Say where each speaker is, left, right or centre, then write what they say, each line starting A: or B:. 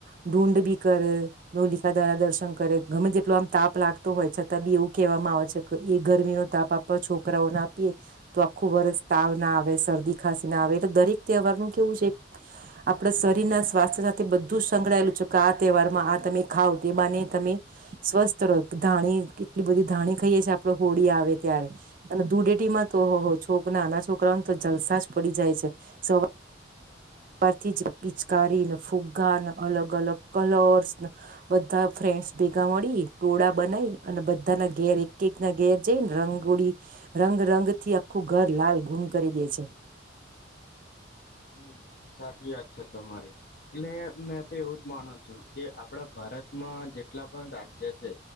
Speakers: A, on the right; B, on the left.
A: ઢુંડ બી કરે નોલિકા દ્વારા દર્શન કરે ગમે જેટલો આમ તાપ લાગતો હોય છતાં બી એવું કહેવામાં આવે છે કે એ ગરમી નો તાપ આપ છોકરા છોકરાઓ ના આપીએ, તો આખું વરષ તાવ ના આવે શરદી ખાંસી ના આવે એટલે દરેક તહેવાર નું કેવું છે, આપડ શરીરના સ્વાસ્થ્ય સાથે બધું સંકળાયેલું છે કે આ તહેવારમાં આ તમે ખાવ તે બાને તમે, સ્વસ્થ રહો ધાણી કેટલી બધી ધાણી ખાઈએ છી આપ હોળી આવે ત્યારે. અને દૂડેટીમાં તોહ છોક નાના છોકરાને તો જલસા જ પડી જાય છે, સવાર ઉપરથી જ પિચકારીને ફુગ્ગાને અલગ અલગ કલર્સ, બધા ફ્રેન્ડ્સ ભેગા મળી ટોળા બનાઈ અને બધાના ઘેર એક એક ના ઘેર જઈને રંગોળી, રંગ રંગથી આખું ઘર લાલ ગુમ કરી દે છે.
B: હમ સાચી વાત છે તમારી, એટલે મે એવું જ માનો છું કે આપડા ભારતમાં જેટલા પણ રાજ્ય છે,